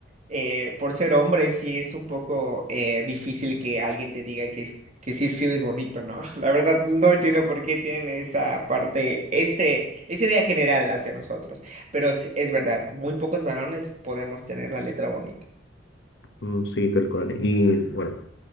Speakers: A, on the right; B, on the left.
A: eh, por ser hombre sí es un poco eh, difícil que alguien te diga que, es- que sí escribes bonito, ¿no? <laughs> La verdad no entiendo por qué tienen esa parte, ese, esa idea general hacia nosotros. Pero sí, es verdad, muy pocos varones podemos tener la letra bonita.
B: Mm, Sí, tal cual. Y bueno,